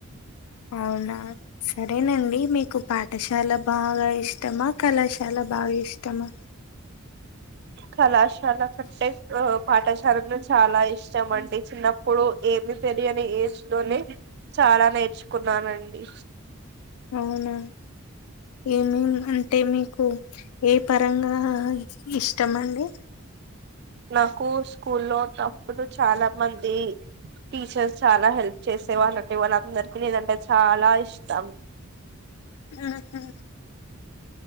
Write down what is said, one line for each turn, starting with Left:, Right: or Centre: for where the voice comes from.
Left: అవునా సరేనండి మీకు పాఠశాల బాగా ఇష్టమా కళాశాల బాగా ఇష్టమా
Right: కళాశాల కంటే ఆ పాఠశాలే చాలా ఇష్టమండి చిన్నప్పుడు ఏమి తెలియని ఏజ్ లోనే చాలా నేర్చుకున్నానండి.
Left: అవునా ఏమేమి అంటే మీకు ఏ పరంగా ఇష్టమండి.
Right: నాకు స్కూ ల్లో ఉన్నప్పుడు చాలా మంది టీచర్స్ చాలా హెల్ప్ చేసే వాళ్ళండి వాళ్లందరికీ నీనంటే చాలా ఇష్టం
Left: ఆహా